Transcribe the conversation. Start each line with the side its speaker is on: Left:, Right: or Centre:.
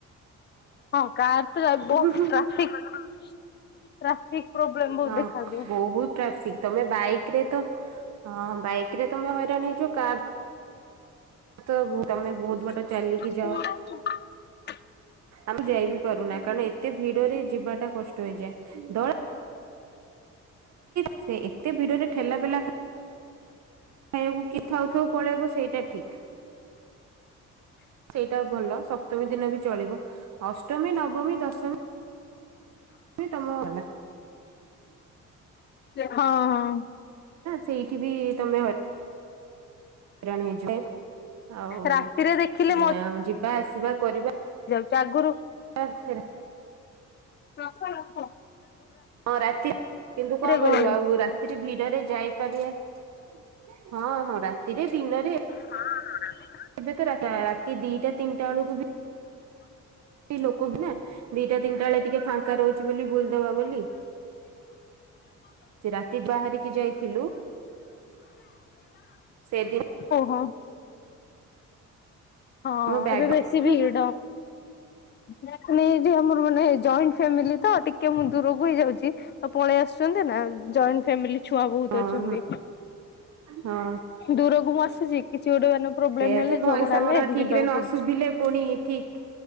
Left: ହଁ କାର ତ
Right: ଅଧୁରା
Left: ବହୁତ ଟ୍ରାଫିକ <inaudible> ଟ୍ରାଫିକ ପ୍ରୋବ୍ଲେମ ବହୁତ
Right: ହଁ
Left: ଦେଖାଦିଏ।
Right: ବହୁତ ଟ୍ରାଫିକ ତମେ ବାଇକ ରେ ତ ହଁ ବାଇକ ରେ ତମେ ହଇରାଣ ହେଇଯିବ କାର୍ ବହୁ ତମେ ବହୁତ ବାଟ
Left: <unintelligible>
Right: ଚାଲିକି ଯାଅ। ଆମେ ଯାଇବି ପାରୁନା କାରଣ ଏତେ ଭିଡରେ ଯିବାଟା କଷ୍ଟ ହେଇଯାଏ ଦଳ ସେ ଏତେ ଭିଡରେ ଠେଲା ପେଲା ଖାଇବାକୁ କି ଥାଉ ଥାଉ ପଳେଇବ ସେଇଟା ଠିକ ସେଇଟା ଭଲ ସପ୍ତମୀ ଦିନ ବି ଚଳିବ ଅଷ୍ଟମୀ ନବମୀ ଦଶମୀ ତମ ହେଲା
Left: <inaudible> ହଁ ହଁ।
Right: ସେଇଠି ବି ତମେ ହଇ ହଇରାଣ ହେଇ ଯିବେ ଆଉ
Left: ରାତିରେ ଦେଖିଲେ
Right: ଯିବା ଆସିବା କରିବା
Left: ଜାଗରୁ
Right: ହ ସେ
Left: ରଖ ରଖ।
Right: ହଁ ରାତି କିନ୍ତୁ କଣ
Left: ଗହଳି।
Right: କରିବୁ ଆଉ ରାତିରେ ଭିଡରେ ଯାଇପାରିବା ହଁ ହଁ ରାତିରେ ଦିନରେ
Left: ହ।
Right: ଏବେ ତ ରାତି ରାତି ଦିଟା ତିନିଟା ବେଳକୁ ବି ଲୋକ ହୁଏ ନା ଦିଟା ତିନିଟା ବେଳେ ଟିକେ ଫାଙ୍କା ରହୁଛି ବୋଲି ବୁଲି ଦବା ବୋଲି ସେ ରାତି ବାହାରିକି ଯାଇଥିଲୁ ସେଦିନ
Left: ଓହୋ। ହଁ
Right: ଆମ ବ୍ୟାଗ
Left: ଏବେ ବେଶୀ ଭିଡ
Right: ହଁ
Left: ଯ ନେଇ ଆମର ମାନେ ଜଏଣ୍ଟ ଫ୍ୟାମିଲି ତ ଟିକେ ମୁଁ ଦୂରକୁ ହେଇଯାଉଛି ତ ପଳେଇ ଆସୁଛନ୍ତି ନା ଜଏଣ୍ଟ ଫ୍ୟାମିଲି ଛୁଆ ବହୁତ
Right: ହଁ।
Left: ଅଛନ୍ତି
Right: ହଁ
Left: ଦୂର କୁ ବସ୍ କିଛି ଗୋଟେ ମାନେ ପ୍ରୋବ୍ଲେମ
Right: ସେଇଆ
Left: ହେଲେ
Right: ଯେ ଭଏସ
Left: ଝଗଡା
Right: ଆମର
Left: ହେଲେ
Right: ଠିକ
Left: ଯିବାକୁ
Right: ରେ ନ
Left: ପଡୁଛି।
Right: ଶୁଭିଲେ ପୁଣି ଠିକ